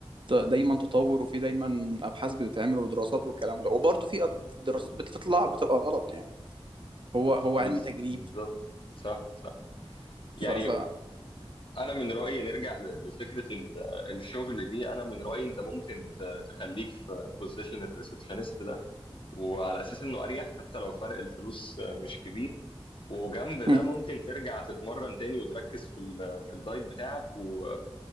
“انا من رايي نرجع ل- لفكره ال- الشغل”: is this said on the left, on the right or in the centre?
Left